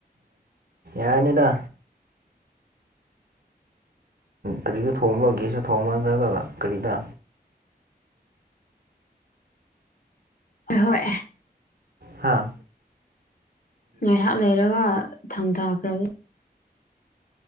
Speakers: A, on the right; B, on the left.
A: ꯌꯥꯅꯤꯗ ꯒꯥꯔꯤꯗꯣ ꯊꯣꯡꯕ꯭ꯔꯣ ꯒꯦꯁꯇ ꯊꯣꯡꯕ ꯅꯗ꯭ꯔꯒ ꯀꯔꯤꯗ
B: ꯍꯣꯏ
A: ꯍꯥꯥ
B: ꯉꯥꯏꯍꯥꯛ ꯂꯩꯔꯒ ꯊꯥꯡꯊꯈ꯭ꯔꯒꯦ